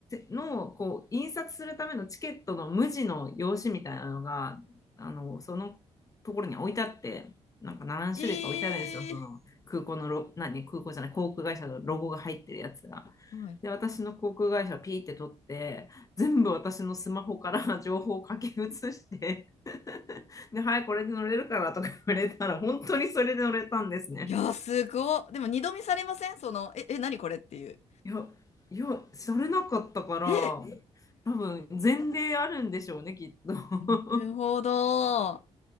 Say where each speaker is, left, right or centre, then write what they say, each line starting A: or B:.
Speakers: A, on the left; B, on the left.
A: のこう印刷するためのチケットの無地の用紙みたいなのがあのそのところに置いてあってなんか何種類か置いてあるんですよその空港のロ何空港じゃない航空会社のロゴが入ってるやつが。
B: ええー、はい。
A: で私の航空会社をピーって取って全部私のスマホから <laughs> 情報を書き写して <laughs> で「はいこれで乗れるから」とか言われたら本当にそれで乗れたんですね。
B: いや、すごっ。でも二度見されませんその、え、え、何これっていう。
A: いや、いや、されなかったから、
B: え、
A: え多分前例あるんでしょうね、きっと。
B: なるほど。